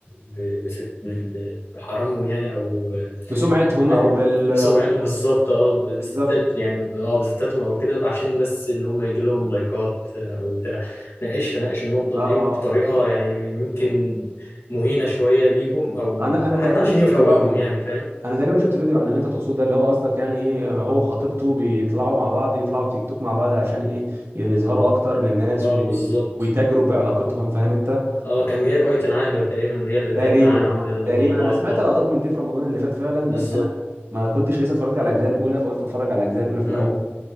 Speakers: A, on the left (about 80°); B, on the right (about 80°).
A: ب- بست بال- بحرامهم يعني أو
B: بسمعتهم
A: فاهم
B: او بال
A: بسمعتهم بالظبط أه ب- بستات
B: بالظبط
A: يعني أه بستاتهم أو كده عشان بس إن هم يجي لهم لايكات أو بتاع ناقشها ناقش النقطة
B: اه
A: دي بطريقة يعني ممكن مهينة شوية ليهم أو
B: انا انا
A: حتى
B: تقريبا
A: عشان
B: شفت
A: يفوقهم
B: فيديو
A: يعني فاهم
B: انا تقريبا شفت فيديو عن اللي انت تقصده ده اللي هو قصدك يعني ايه هو وخطيبته بيطلعوا مع بعض يطلعوا تيك توك مع بعض عشان ايه يظهروا اكتر للناس
A: أه
B: و...
A: بالظبط
B: ويتاجروا بعلاقتهم فاهم انت
A: اه كان جايب ايتن عامر تقريبا هي اللي
B: تقريبا
A: كانت معاه عامله
B: اه
A: الموضوع
B: تقريبا
A: ده
B: انا
A: اه
B: سمعت
A: اه
B: لقطات من دي في رمضان اللي فات فعلا
A: بالظبط
B: بس انا ما كنتش لسه اتفرجت على الاجزاء الاولى فقلت اتفرج على الاجزاء الاولى في الاول
A: امم